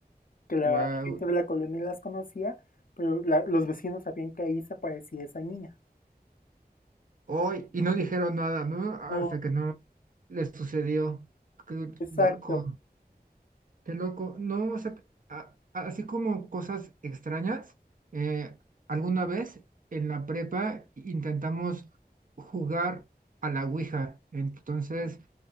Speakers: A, on the left; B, on the right.
A: que la
B: Wow,
A: gente de la colonia las conocía, pero la- los vecinos sabían que ahí se aparecía esa niña.
B: hoy y no dijeron nada, ¿no? Hasta
A: No,
B: que no les sucedió. Qué
A: exacto.
B: loco, qué loco. No, o sea, a- a- así como cosas extrañas, eh, alguna vez en la prepa intentamos jugar a la Ouija. Entonces,